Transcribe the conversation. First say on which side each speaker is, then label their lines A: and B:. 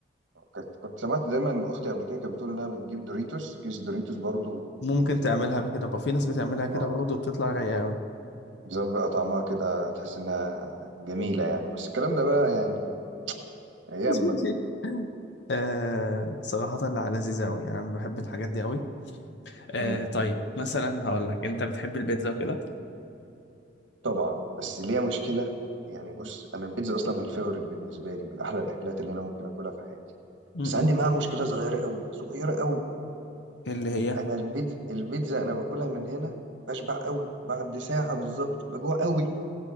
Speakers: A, on the right; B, on the left.
A: كنت كنت سمعت دايما اختي قبل كده كانت بتقول انها بتجيب دوريتوس كيس دوريتوس برضو وت...
B: ممكن تعملها بكده بقى في ناس بتعملها كده
A: اه
B: برضه بتطلع رايقة أوي
A: بسبب بقى طعمها كده تحس انها جميله يعني بس الكلام ده بقى يعني ايام
B: <laughs>
A: بقى
B: آه صراحة لا لذيذة أوي يعني أنا بحب الحاجات دي أوي آه
A: امم
B: طيب مثلا هقول لك أنت بتحب البيتزا وكده
A: طبعا بس ليها مشكله يعني بص انا البيتزا اصلا من الفيفوريت بالنسبه لي من احلى الاكلات اللي انا ممكن اكلها في حياتي
B: م-
A: بس عندي
B: م.
A: معاها مشكله صغيره قوي صغيره قوي
B: اللي هي
A: انا البيتزا البيتزا انا باكلها من هنا بشبع قوي بعد ساعه بالظبط بجوع قوي